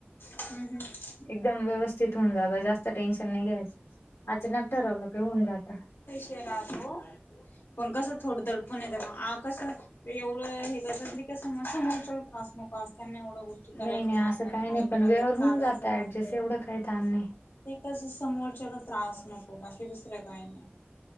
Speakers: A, on the left; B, on the left.
A: हम्म हम्
B: एकदम व्यवस्थित होऊन जातं, जास्त टेन्शन नाही घ्यायचं अचानक ठरवलं की होऊन जातं.
A: तेला त पण कसं थोडं दडपण झालं आ कस एवढं हे का कस समोरच्या त्रास नको असताना एवढा गोष्ट करायच्या
B: नाही नाही
A: ना
B: असं काही
A: खायच्या
B: नाही पण
A: ना
B: वेळेवर
A: तर
B: होऊन
A: चालायचं
B: जात ऍडजस्ट
A: राहत
B: एवढं काही ताण नाही
A: एकच समोरच्याला त्रास नको बाकी दुसरे काही नाही